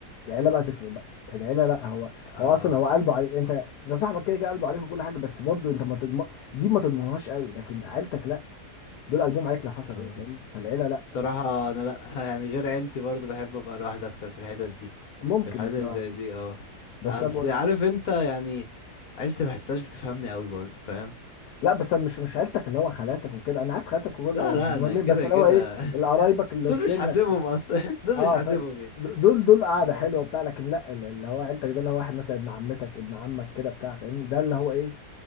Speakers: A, on the left (about 80°); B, on the left (about 65°).
A: العيله بقى تفرق بقى العيله لا هو
B: اه
A: هو اصلا هو قلبه عليك انت انت صاحبك كده كده قلبه عليك وكل حاجه بس برضو انت ما تضمن دي ما تضمنهاش قوي لكن عيلتك لا دول قلبهم عليك لو حصل
B: اه
A: ايه فاهم فالعيله لا
B: بصراحة أنا لأ يعني غير عيلتي برضو بحب أبقى لوحدي أكتر في الحتت دي
A: ممكن
B: في الحاجات
A: بصراحه
B: اللي زي دي اه
A: بس
B: أصل
A: انا بقول
B: عارف أنت يعني عيلتي ما بحسهاش بتفهمني أوي برضو فاهم
A: لا بس أنا مش مش عيلتك اللي هو خالاتك وكده انا عارف خالاتك وكل
B: لا لا
A: مهمين
B: أنا كده
A: بس اللي
B: كده
A: هو ايه القرايبك
B: <laughs>
A: اللي
B: دول
A: في سنك
B: مش حاسبهم أصلا <laughs> دول
A: اه
B: مش حاسبهم
A: فاهم
B: يعني
A: دول دول قاعده
B: اه
A: حلوه بتاع لكن لا اللي هو عيلتك ده اللي هو واحد مثلا ابن عمتك ابن عمك كده بتاع فاهمني ده اللي هو ايه